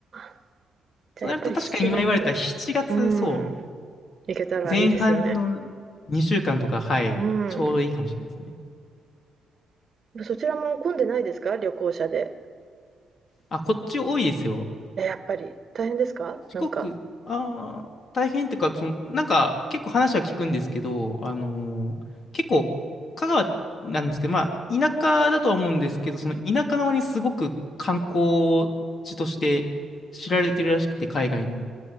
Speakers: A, on the right; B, on the left.
A: あ、じゃあやっぱり7月、
B: となると確かに今言われた7月、
A: うーん、
B: そ
A: 行けたらいいですよね。
B: う、前半の2週間とか、はい、
A: うん。
B: ちょうどいいかもしれないですね。
A: そちらも混んでないですか？旅行者で。
B: あ、こっち多いですよ。
A: え、やっぱり。大変ですか？
B: 四国、
A: なんか。
B: ああ、大変っていうか、その、なんか、結構話は聞くんですけど、あのー結構、香川なんですけど、まあ、田舎だとは思うんですけど、その田舎の割にすごく観光地として知られてるらしくて、海外にも。